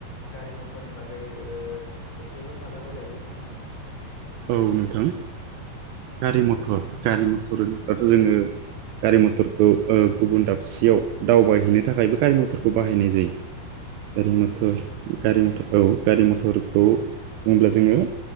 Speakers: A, on the left; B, on the right.
A: गारि मथरनि बागै ओ एसे हेफाजाब होलायदो बुंनानै।
B: औ नोंथां गारि मथर गारि मथरब्लाथ' जोङो गारि मथरखौ गुबुन दाबसेयाव दावबायहैनो थाखायबो गारि मथरखौ बाहायनाय जायो गारि
A: औ नंगौ
B: मथर गारि
A: नोंथां
B: मथर औ गारि मथरखौ बुङोब्ला जोङो